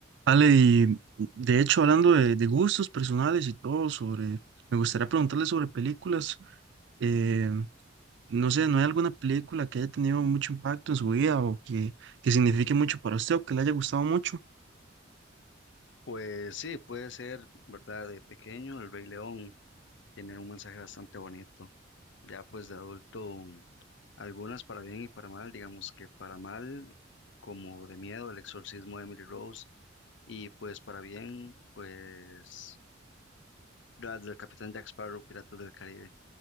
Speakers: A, on the right; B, on the left.
A: Ale, y de hecho, hablando de, de gustos personales y todo, sobre, me gustaría preguntarle sobre películas. eh, no sé, ¿no hay alguna película que haya tenido mucho impacto en su vida o que, que signifique mucho para usted o que le haya gustado mucho?
B: Pues sí, puede ser, ¿verdad? De pequeño, El Rey León tiene un mensaje bastante bonito. Ya pues de adulto, algunas para bien y para mal, digamos que para mal, como de miedo, El exorcismo de Emily Rose, y pues para bien, pues las del Capitán Jack Sparrow, Piratas del Caribe.